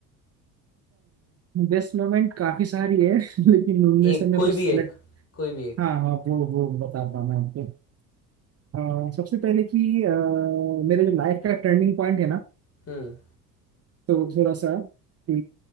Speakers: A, on the right; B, on the left.
A: बेस्ट मोमेंट काफी सारी है <laughs> लेकिन उनमें
B: एक
A: से मैं
B: कोई
A: कुछ
B: भी
A: select-
B: एक कोई भी एक
A: हाँ हाँ वो वो बताता हूँ मैं आपको अ, सबसे पहले कि अ, मेरे जो लाइफ का टर्निंग पॉइंट है ना
B: हम्म
A: तो थोड़ा सा कि